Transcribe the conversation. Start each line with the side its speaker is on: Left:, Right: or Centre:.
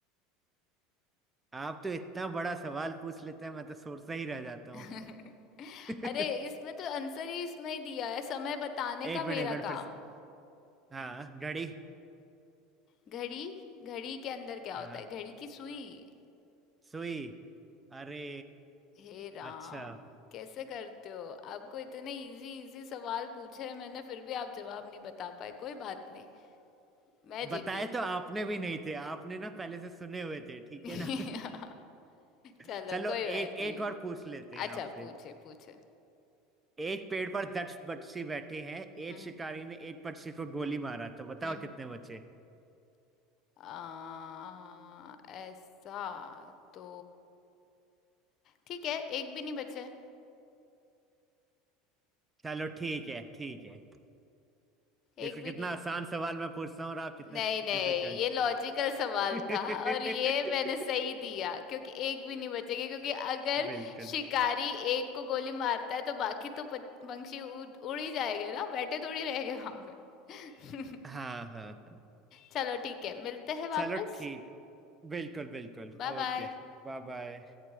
Right: आप तो इतना बड़ा सवाल पूछ लेते हैं मैं तो सोचता ही रह जाता हूँ
Left: <laughs>
Right: <laughs> एक
Left: अरे इसमें तो आंसर ही इसमें ही दिया है समय बताने
Right: मिनट
Left: का मेरा
Right: एक मिनट फिर
Left: काम
Right: से हाँ घड़ी
Left: घड़ी घड़ी के अंदर क्या होता
Right: हाँ
Left: है घड़ी की सुई
Right: सुई अरे
Left: हे राम
Right: अच्छा
Left: कैसे करते हो आपको इतने इजी इजी सवाल पूछे हैं मैंने फिर भी आप जवाब नहीं बता पाए कोई बात नहीं मैं
Right: बताए
Left: जीती
Right: तो आपने भी नहीं थे आपने ना पहले से सुने हुए थे ठीक
Left: <laughs>
Right: है ना <laughs>
Left: चलो
Right: चलो
Left: कोई
Right: एक
Left: बात नहीं
Right: एक और पूछ लेते हैं
Left: अच्छा
Right: आपसे
Left: पूछे पूछे
Right: एक पेड़ पर दस पक्षी बैठे हैं एक
Left: हम्म
Right: शिकारी ने एक पक्षी को गोली मारा तो बताओ
Left: हम्म
Right: कितने बचे
Left: आ, ऐसा तो ठीक है एक भी नहीं बचे
Right: चलो ठीक है ठीक है देखो
Left: एक भी
Right: कितना
Left: नहीं बचे
Right: आसान सवाल मैं पूछता हूँ और आप कितने
Left: नहीं नहीं
Right: डिफिकल्ट
Left: ये लॉजिकल सवाल
Right: <laughs>
Left: था और ये मैंने सही दिया क्योंकि एक भी नहीं बचेगा क्योंकि अगर
Right: बिल्कुल
Left: शिकारी एक को गोली मारता है तो बाकी तो पत- पंछी उड़ उड़ ही जाएंगे ना बैठे थोड़ी रहेंगे वहां पे <laughs>
Right: हाँ हाँ हाँ।
Left: चलो ठीक है मिलते हैं
Right: चलो
Left: वापस
Right: ठीक बिल्कुल बिल्कुल
Left: Bye
Right: ओके
Left: bye
Right: Bye bye